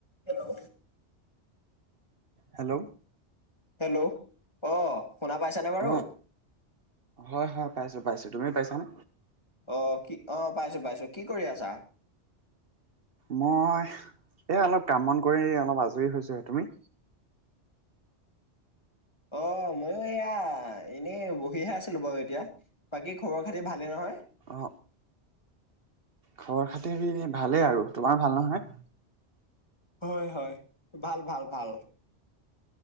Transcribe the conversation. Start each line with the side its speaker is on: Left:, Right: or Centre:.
Left: Hello.
Right: Hello.
Left: Hello অ' শুনা পাইছেনে বাৰু?
Right: অ', হয় হয় পাইছো পাইছো তুমি পাইছানে
Left: অ কি অ পাইছো পাইছো কি কৰি আছা
Right: মই এই অলপ কাম বন কৰি অলপ আজৰি হৈছোঁহে তুমি
Left: অ মইও এয়া এনেই বহিহে আছিলো বাৰু এতিয়া বাকী খবৰ খাতি ভালেই নহয়
Right: অ খবৰ খাতিৰ ভালেই আৰু তোমাৰ ভাল নহয়
Left: হয় হয় ভাল ভাল ভাল